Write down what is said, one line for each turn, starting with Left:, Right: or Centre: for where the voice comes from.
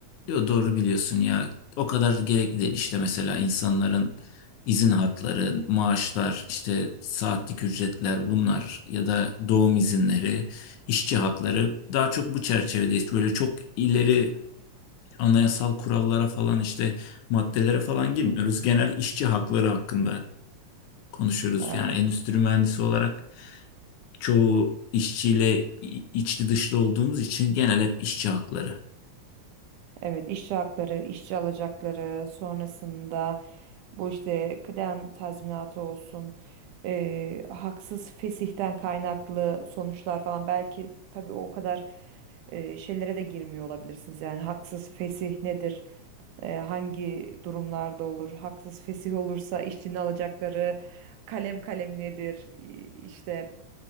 Left: Yo, doğru biliyorsun ya. O kadar gerekli değil. İşte mesela insanların izin hakları, maaşlar, işte saatlik ücretler bunlar ya da doğum izinleri, işçi hakları daha çok bu çerçevedeyiz. Böyle çok ileri anayasal kurallara falan işte maddelere falan girmiyoruz. Genel işçi hakları hakkında konuşuyoruz.
Right: Ha.
Left: Yani endüstri mühendisi olarak çoğu işçiyle i- içli dışlı olduğumuz için genel hep işçi hakları.
Right: Evet, işçi hakları, işçi alacakları, sonrasında bu işte kıdem tazminatı olsun, eee, haksız fesihten kaynaklı sonuçlar falan belki tabii o kadar eee, şeylere de girmiyor olabilirsiniz. Yani haksız fesih nedir? Eee, hangi durumlarda olur? Haksız fesih olursa işçinin alacakları kalem kalem nedir? İ- İşte